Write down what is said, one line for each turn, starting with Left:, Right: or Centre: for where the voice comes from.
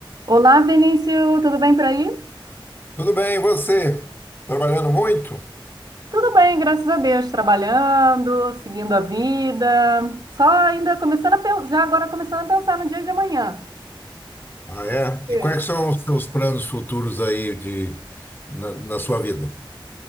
Right: Olá, Vinícius, tudo bem por aí?
Left: Tudo bem, e você? Trabalhando muito?
Right: Tudo bem, graças a Deus, trabalhando, seguindo a vida, só ainda começando a pensar, já agora começando a pensar no dia de amanhã.
Left: Ah, é?
Right: É.
Left: E quais são os seus planos futuros aí de, na, na sua vida?